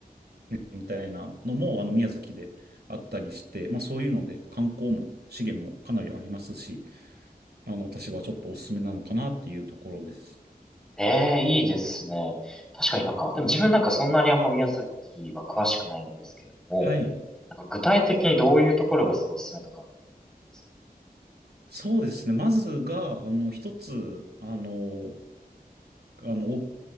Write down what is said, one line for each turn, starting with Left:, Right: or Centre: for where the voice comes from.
Right: みたいなのも、あの、宮崎であったりして、まあ、そういうので、観光も、資源もかなりありますし、あの、私はちょっとおすすめなのかなっていうところです。
Centre: ええ、いいですね。確かになんか、でも自分なんかそんなにあんま宮崎は詳しくないんですけども、
Right: はい。
Centre: なんか具体的にどういうところがすごいおすすめとかありますか
Right: そうですね。まずが、あの、一つ、あの、あの、お